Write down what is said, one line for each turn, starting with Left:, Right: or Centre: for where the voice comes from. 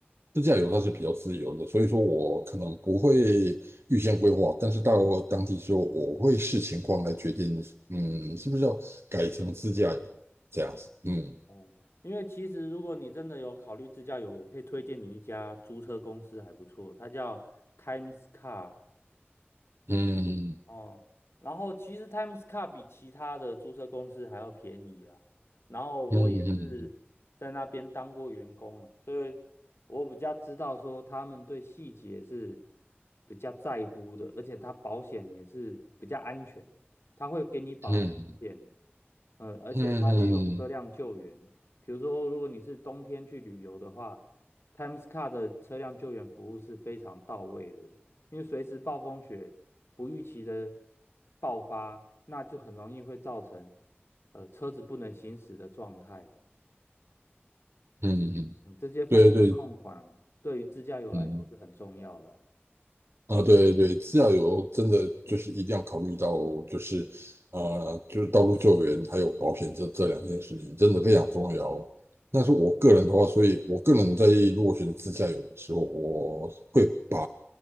Right: 自驾游它是比较自由的，所以说我可能不会预先规划，但是到当地之后，我会视情况来决定，嗯，是不是要改成自驾游这样子，嗯
Left: 哦，因为其实如果你真的有考虑自驾游，我可以推荐你一家租车公司还不错，它叫 Times Car
Right: 嗯
Left: 哦。然后其实 Times Car 比其他的租车公司还要便宜啊。然后我也是在那边当过员工啊，
Right: 嗯嗯
Left: 所以我比较知道说他们对细节是比较在乎的，而且它保险也是比较安全，它会给你保全一点
Right: 嗯
Left: 呃，而且它也有车辆救援，
Right: 嗯嗯嗯嗯嗯。
Left: 比如说如果你是冬天去旅游的话，Times Car 的车辆救援服务是非常到位的，因为随时暴风雪不预期的爆发，那就很容易会造成呃车子不能行驶的状态。
Right: 嗯嗯
Left: 嗯，这些风险控管对于自驾游来说是很重要的。
Right: 对对，嗯，啊，对对对，自驾游真的就是一定要考虑到，就是啊、呃就是道路救援还有保险这这两件事情，真的非常重要哦。那是我个人的话，所以我个人在如果选自驾游的时候，我会把